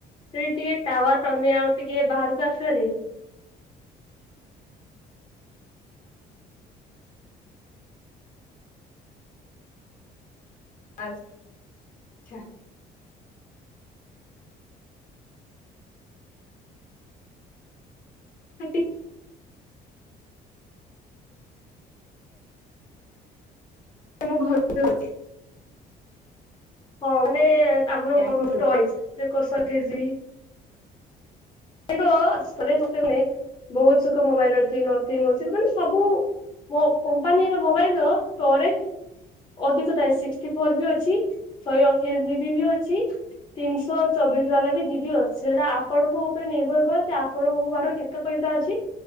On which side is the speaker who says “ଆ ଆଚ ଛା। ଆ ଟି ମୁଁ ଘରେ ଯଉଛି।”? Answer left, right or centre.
Left